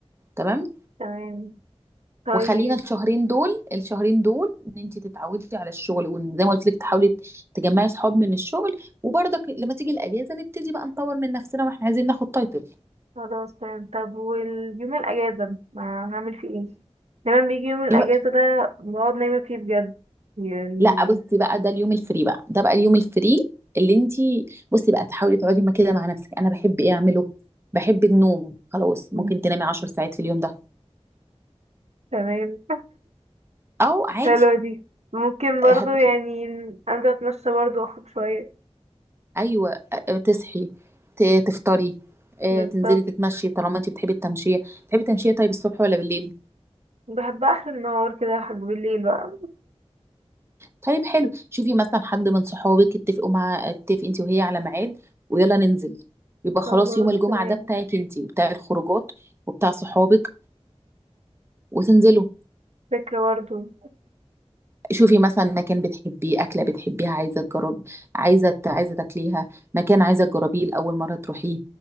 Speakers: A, on the right (about 20°); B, on the right (about 75°).
A: تمام
B: تمام طيب
A: وخلينا الشهرين دول الشهرين دول ان انت تتعودي على الشغل وزي ما قلت لك تحاولي تجمعي صحاب من الشغل وبرضك لما تيجي الاجازه نبتدي بقى نطور من نفسنا واحنا عايزين ناخد تايتل
B: خلاص تمام طب واليوم الاجازه ما هعمل فيه ايه دايما بيجي يوم الاجازه
A: الو-
B: ده بقعد نايمه فيه بجد يعني
A: لا بصي بقى ده اليوم الفري بقى ده بقى اليوم الفري اللي انت بصي بقى تحاولي تقعدي ما كده مع نفسك انا بحب ايه اعمله بحب النوم خلاص
B: مم،
A: ممكن تنامي 10 ساعات في اليوم ده
B: تمام
A: او عادي
B: حلوة دي ممكن برضو
A: هت...
B: يعني أنزل أتمشى برضو وأخد شوية
A: ايوه تصحي ت- تفطري آه،
B: بالظبط
A: تنزلي تتمشي طالما انت بتحبي التمشيه بتحبي التمشيه طيب الصبح ولا بالليل
B: بحبها آخر النهار كده لحد بالليل بقى
A: طيب حلو شوفي مثلا حد من صحابك اتفقوا مع اتفق انت وهي على ميعاد ويلا ننزل يبقى خلاص
B: خلاص
A: يوم الجمعة
B: تمام
A: ده بتاعك انت بتاع الخروجات وبتاع صحابك وتنزلوا
B: فكرة برضو <laughs>
A: شوفي مثلا مكان بتحبيه أكلة بتحبيها عايزة تجرب عايزة ت- عايزة تاكليها مكان عايزة تجربيه لأول مرة تروحيه